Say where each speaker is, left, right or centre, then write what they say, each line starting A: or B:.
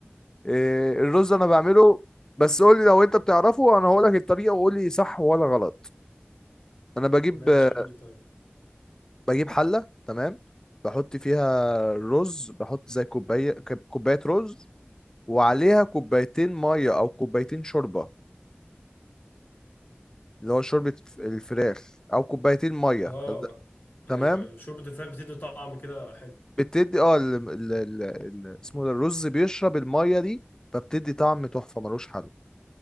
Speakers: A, on the left; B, on the left.
A: إيه، الرز انا بعمله بس قول لي لو انت بتعرفه وانا هقول لك الطريقة وقول لي صح ولا غلط انا بجيب
B: ماشي
A: آه،
B: قول لي طيب
A: بجيب حلة تمام بحط فيها الرز بحط زي كوباية كوباية رز وعليها كوبايتين ميه او كوبايتين شوربه اللي هو شوربه الفراخ او كوبايتين ميه
B: اه
A: تمام
B: ايوه ايوه شوربه الفراخ بتدي طعم كده حلو
A: بتدي اه ال... ال... ال... ال... اسمه ده الرز بيشرب الميه دي فبتدي طعم تحفه ملوش حل